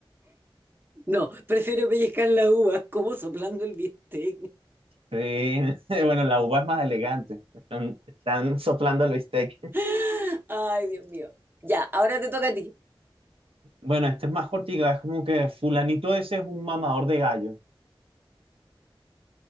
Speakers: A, on the right (about 25°); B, on the right (about 85°).
A: No, prefiero pellizcar la uva como soplando el bistec.
B: Sí, <laughs> bueno, la uva es más elegante. Están, están soplando el bistec.
A: <laughs> Ay, Dios mío. Ya, ahora te toca a ti.
B: Bueno, este es más cortica, es como que fulanito ese es un mamador de gallo.